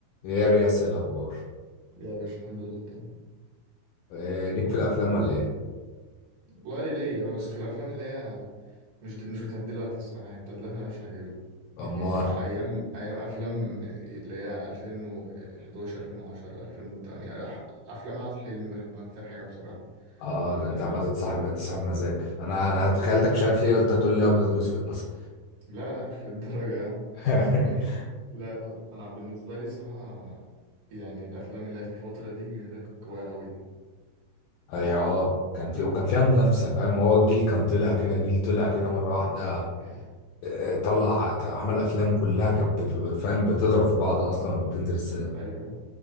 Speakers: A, on the left; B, on the right.
A: ايه يا رياس إيه الاخبار
B: يا باشا الحمد لله تمام
A: إيه ليك في الافلام ولا ايه
B: والله ليا بس في الافلام اللي هي مش دل مش بتاعت دلوقتي الصراحه يعني بتاعت دلوقتي مش عاجبني يعني
A: امار
B: ع- ايام ايام افلام اللي هي 2011 2010 2008 أح- افلام عاد حلمي بحبها اكتر حاجه بصراحه
A: اه
B: في
A: ده
B: الفتره
A: انت عمال
B: دي
A: تصاحب انت صاحب مزاج انا انا تخيلتك
B: آه.
A: مش عارف ليه قلت هتقول لي ابيض واسود مثلا
B: لا لا مش للدرجه يا عم
A: <laughs>
B: <laughs> لا لا لا انا بالنسبه لي صراحه يعني الافلام اللي هي في الفتره دي بالنسبة لي كانت قويه قوي يعني
A: اي اه كان في وكان فيها منافسه فاهم هو الجيل كان طلع كده جيل طلع كده مره واحده
B: يعني-
A: آه، طلع عمل افلام كلها كانت بت- بت- فاهم بتضرب في بعض اصلا لما بتنزل السينما
B: ايوه ايوه